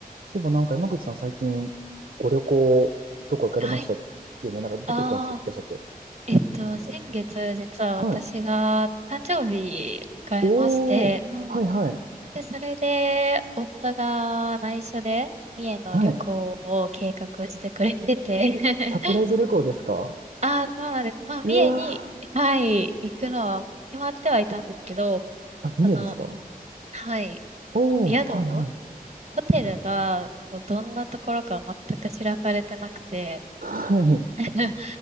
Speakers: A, on the right; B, on the right.
A: そういえばなんか山口さん最近ご旅行どこ行かれましたよね。
B: はい。
A: なんかどこ行ったんですでしたっけ
B: ああ、えっと、先月、実は私が誕生日迎えまして、
A: はい。おー。
B: うん。
A: はいはい。
B: で、それで、夫が内緒で、三重の旅行を計画してくれてて、
A: はい。
B: <laughs>
A: サプライズ旅行ですか
B: ああ、そうなんです。まあ、
A: うわー。
B: 三重に、はい、行くのは決まってはいたんですけど、
A: あ、三重ですか
B: あの、はい、
A: おー。
B: 宿を、
A: はい
B: ホテルが、どんなところか全く知らされてなくて、
A: はい。はい。
B: <laughs>